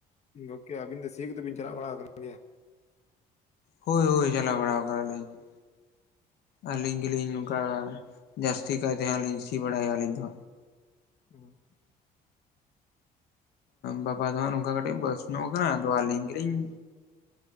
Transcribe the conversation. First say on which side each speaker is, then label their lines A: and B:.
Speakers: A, on the left (about 40°); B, on the left (about 70°).
A: ᱜᱚᱝᱠᱮ ᱟᱵᱤᱱ ᱫᱚ ᱥᱤ ᱠᱚᱫᱚ ᱵᱤᱱ ᱪᱟᱞᱟᱣ ᱵᱟᱲᱟ ᱠᱟᱱ ᱜᱮᱭᱟ?
B: ᱦᱳᱭ ᱦᱳᱭ ᱪᱟᱞᱟᱣ ᱵᱟᱲᱟᱣ ᱠᱟᱱᱟᱞᱤᱧ ᱾ ᱟᱹᱞᱤᱧ ᱜᱮᱞᱤᱧ ᱱᱚᱝᱠᱟ ᱡᱟᱹᱥᱛᱤ ᱠᱟᱭ ᱛᱮ ᱦᱟᱸᱜ ᱞᱤᱧ ᱥᱤ ᱵᱟᱲᱟᱭᱟ ᱟᱹᱞᱤᱧ ᱫᱚ᱾
A: ᱦᱩᱸ ᱾
B: ᱵᱟᱵᱟ ᱫᱚ ᱦᱟᱸᱜ ᱱᱚᱝᱠᱟ ᱠᱟᱹᱴᱤᱡ ᱵᱟᱭᱮᱥ ᱧᱚᱜ ᱟᱠᱟᱱᱟ ᱟᱫᱚ ᱟᱹᱞᱤᱧ ᱜᱤᱞᱤᱧ,